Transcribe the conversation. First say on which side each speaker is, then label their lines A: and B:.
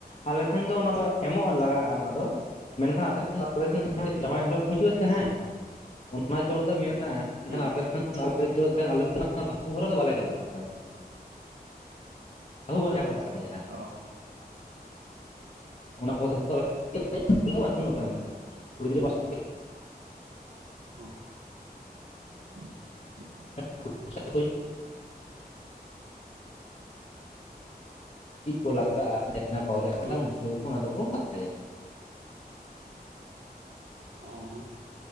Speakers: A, on the left; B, on the right.
A: ᱟᱞᱮ ᱥᱮᱱ ᱫᱚ ᱚᱱᱟ ᱫᱚ ᱮᱢᱚᱜᱼᱟ ᱞᱟᱜᱟᱜᱼᱟ ᱚᱱᱟ ᱫᱚ ᱢᱮᱱ ᱠᱷᱟᱱ ᱟᱯᱮ <inaudible> <inaudible>
B: ᱦᱩᱸ
A: ᱡᱟᱶᱟᱭ ᱦᱚᱨᱚᱜ ᱦᱤᱡᱩᱜ ᱟᱥᱮ ᱦᱮᱸ ᱚᱱᱟ ᱪᱚᱞ ᱫᱚ ᱢᱮᱱᱟᱜᱼᱟ ᱮᱠᱷᱟᱱ
B: ᱦᱩᱸ
A: ᱟᱯᱮ ᱥᱮᱱᱼᱼ <unintelligible> ᱟᱞᱮ ᱫᱚ ᱟᱞᱮ ᱫᱚ ᱵᱟᱹᱦᱩ ᱦᱚᱨᱟ ᱫᱚ ᱵᱟᱞᱮ ᱪᱟᱞᱟᱜ <unintelligible> <unintelligible>
B: ᱚᱻ
A: <unintelligible>
B: ᱚᱜ <inaudible>
A: <unintelligible> ᱦᱮᱸ ᱪᱮᱫ ᱠᱚ ᱞᱟᱜᱟᱜᱼᱟ <unintelligible> ᱠᱟᱛᱷᱟ
B: ᱦᱩᱸ
A: ᱩᱱ ᱥᱚᱢᱚᱭ ᱚᱱᱟ ᱫᱚ ᱠᱚ ᱠᱟᱛᱷᱟᱭᱟ
B: ᱚᱝ